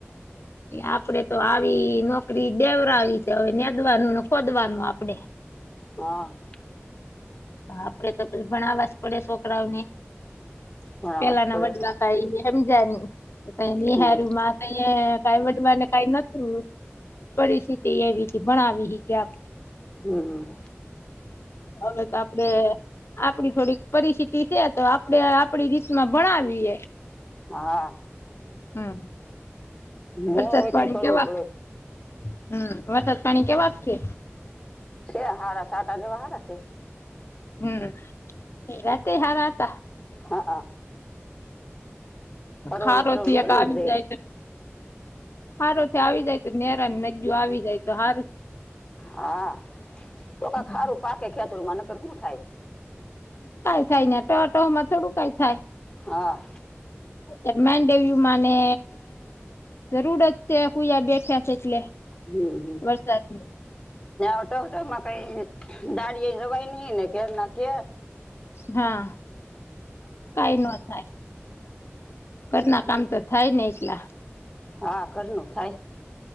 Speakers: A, on the left; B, on the left.
A: એ આપડે તો આવી નોકરી દેવરાવી તો હવે નેદવાનું ને ખોદવાનું આપડે
B: હા.
A: આપડે તો પેલ ભણાવવા જ પડે છોકરાઓને
B: ભણાવવા
A: પેલાના
B: જ પડે
A: વડવા
B: ને
A: ખાઈને. હેમજાની તો નિહાર્યું
B: હમ
A: મા તહી કઈ વડવા ને કઈ નોતું. પરિસ્થિતિ એવી ભણાવી હ કે આપ.
B: હમ.
A: હવે તો આપડે. આપડી થોડીક પરિસ્થિતિ છે તો આપડે આપડી રીતમાં ભણાવીએે.
B: હા.
A: હમ.
B: મો
A: વરસાદ
B: હોય
A: પાણી
B: તો કરવું
A: કેવા
B: પડે
A: હમ વરસાદ પાણી કેવા છે.
B: સ હાર સા આટા જેવહારશે
A: હમ્મ રાતે હાર આ હતા
B: હા હા હરોળું
A: ખારો
B: હરોળું
A: છ
B: ચલું
A: એક આવી
B: જ રે
A: જાય હારો થી આવી જાય તો નેરા નદીઓ આવી જાય તો સારું
B: હા તો ક
A: કઈ
B: ખારું પાકે ખેતર મા નગર હું થાય
A: કાંઈ થાય ને ટ ટ માં થોડુંકાય થાય
B: હા
A: અ મેનડેવયમાંને જરૂર જ છે પૂજા બેઠ્યા છે એટલે
B: હમ્મ હમ્મ
A: વરસાદની
B: વટવટમાં કઈ દાળિ એ જવાય નહી ને કે ના કે
A: હા કઈ ન થાય ઘરના કામ તો થાય ને એટલા
B: હા કરનું થાય